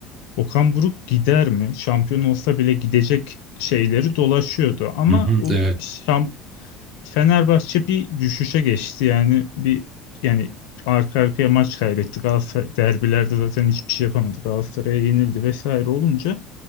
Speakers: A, on the left; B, on the right.
A: Okan Buruk gider mi? Şampiyon olsa bile gidecek şeyleri dolaşıyordu. Ama
B: hı hı,
A: o
B: Evet.
A: şamp Fenerbahçe bir düşüşe geçti yani bir yani arka arkaya maç kaybettik. Galatasaray derbilerde zaten hiçbir şey yapamadık. Galatasaray'a yenildi vesaire olunca